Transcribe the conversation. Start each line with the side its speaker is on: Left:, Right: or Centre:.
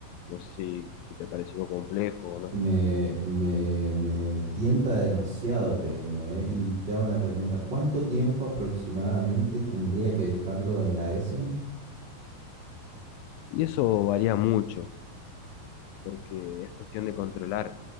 Left: No sé si, si te pareció complejo o no.
Right: Me, me, me tienta demasiado, te digo, ¿eh? Y te hago una pregunta. ¿Cuánto tiempo aproximadamente tendría que dejarlo en la Essen?
Left: Y eso varía mucho, porque es cuestión de controlar,